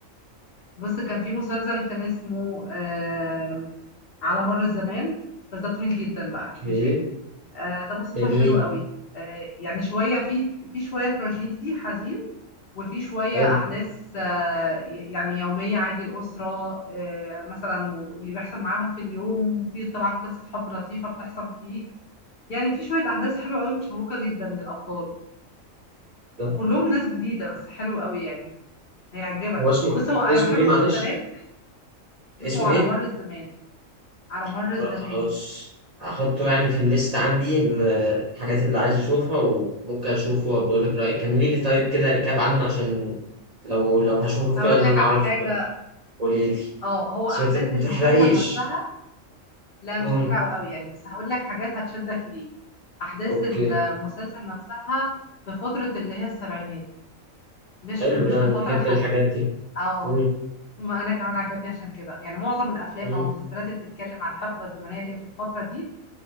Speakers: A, on the left; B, on the right.
A: بص كان في مسلسل كان اسمه آه على مر الزمان بس ده طويل جدا بقى
B: اوكي
A: ماشي آه، ده مسلسل
B: جميل
A: حلو قوي آه، يعني شوية في في شوية تراجيدي حزين وفي شوية
B: حلو
A: أحداث آه، ي- يعني يومية عادي الأسرة آه، مثلا واللي بيحصل معاهم في اليوم وفي طبعا قصة حب لطيفة بتحصل فيه يعني في شوية أحداث حلوة قوي مشوقة جدا للأبطال
B: ده
A: وكلهم ناس جديدة بس حلو قوي يعني هيعجبك
B: هو اسمه
A: بص هو أنا
B: اسمه
A: بحب
B: ايه
A: المسلسلات
B: معلش
A: بسمعه
B: اسمه ايه
A: على مر الزمان على مر
B: لا،
A: الزمان
B: خلاص هحطه يعني في الليست عندي ال- الحاجات اللي عايز اشوفها وممكن اشوفه وبقول لك رأيي كملي لي طيب كده ركاب عنه عشان لو لو هشوفه
A: هقول
B: فعلا
A: لك على
B: اعرف
A: حاجة
B: قولي لي
A: اه هو
B: بس
A: أحداث
B: ما ت- ما
A: المسلسل
B: تحرقيش
A: نفسها لا
B: مم.
A: مش هحرقه قوي يعني بس هقول لك حاجات هتشدك ليه احداث
B: اوكي
A: المسلسل نفسها في فتره اللي هي السبعينات مش
B: حلو
A: في مش
B: ده
A: في
B: انا
A: فتره
B: بحب
A: حاليه
B: الحاجات دي
A: اه
B: مم.
A: ما انا كمان عجبني عشان كده يعني معظم الافلام
B: مم.
A: او المسلسلات اللي بتتكلم عن الحقبه الزمنيه اللي هي في الفتره دي